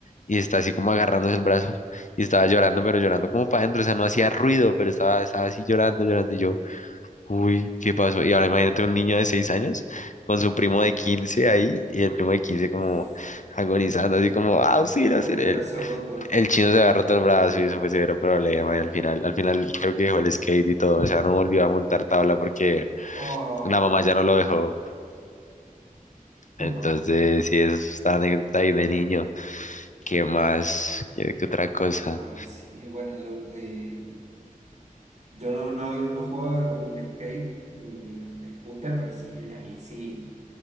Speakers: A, on the left (about 60°); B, on the right (about 55°).
A: y está así como agarrándose el brazo y estaba llorando, pero llorando como para adentro. O sea, no hacía ruido, pero estaba, estaba así llorando, llorando. Y yo, uy, ¿qué pasó? Y ahora imagínate un niño de 6 años con su primo de 15 ahí y el primo de 15 como
B: Uf,
A: agonizando, así como, ah sí auxilio, auxilio.
B: con el brazo
A: El,
B: roto.
A: el chino se había roto el brazo y eso fue severo problema. Y al final, al final creo que dejó el skate y todo. O sea, no volvió a montar tabla porque
B: Oh.
A: la mamá ya no lo dejó. Entonces,
B: <laughs>
A: sí, es esta anécdota ahí de niño. ¿Qué más? ¿Qué, qué otra cosa?
B: Ay, sí. Bueno, yo, de, yo no, no, no jugaba con el skate ni ni con el scooter, pero sí en la bici.